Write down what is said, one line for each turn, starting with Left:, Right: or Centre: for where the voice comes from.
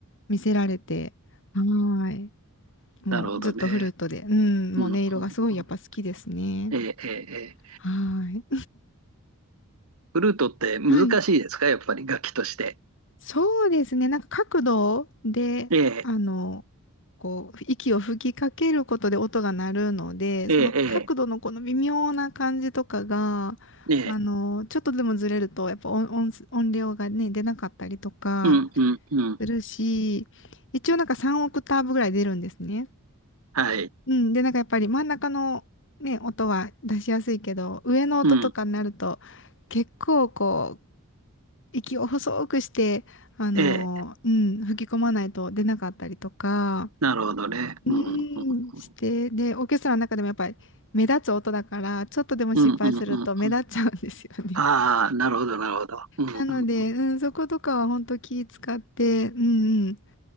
Left: う見せられて、はい、もうずっとフルートで、
Right: なるほどね。
Left: うん、
Right: うん、
Left: もう音色がすごいやっぱ好きですね。
Right: うん、うんええ、ええ、ええ。
Left: はい。
Right: フルートって難しいですかやっぱり楽器として。
Left: <laughs> はい。そうですね、なんか角度で、
Right: ええ、
Left: あの、こう、息を吹きかけることで音が鳴るので、
Right: ええ、
Left: その角度のこの微妙な感じとかが、
Right: ええ、ええ。
Left: あの、ちょっとでもずれると、やっぱ音、音、音量がね、出なかったりとか、
Right: うん、うん、うん。
Left: するし、一応なんか3オクターブぐらい出るんですね。
Right: はい。
Left: うん。で、なんかやっぱり真ん中のね、音は出しやすいけど、上の音とかになると、
Right: うん。
Left: 結構こう、息を細くして、あの、
Right: ええ、
Left: うん、吹き込まないと出なかったりとか、
Right: なるほどね。
Left: うん、
Right: うん、うん、
Left: して、
Right: うん。
Left: で、オーケストラの中でもやっぱり目立つ音だから、ちょっとでも失敗すると目立っちゃうんですよね。
Right: うん、うん、うん。うんああ、なるほど、なるほど。うん、
Left: なので、
Right: うん。
Left: うん、そことかは本当気使って、うん